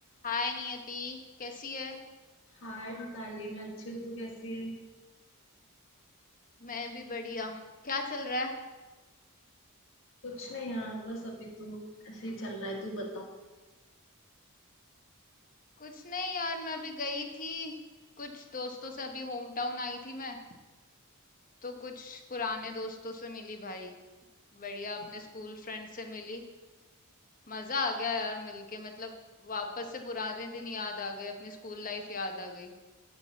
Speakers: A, on the left; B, on the left.
A: हाय नियति कैसी है
B: हाय मिताली मैं अच्छी हूँ तू कैसी है
A: मैं भी बढ़िया क्या चल रहा है
B: कुछ नहीं यार बस अभी तो ऐसे ही चल रहा है तू बता
A: कुछ नहीं यार मैं अभी गई थी कुछ दोस्तों से अभी होम टाउन आई थी मैं तो कुछ पुराने दोस्तों से मिली भाई बढ़िया अपने स्कूल फ्रेंड से मिली मजा आ गया यार मिलके मतलब वापस से पुराने दिन याद आ गए अपनी स्कूल लाइफ याद आ गई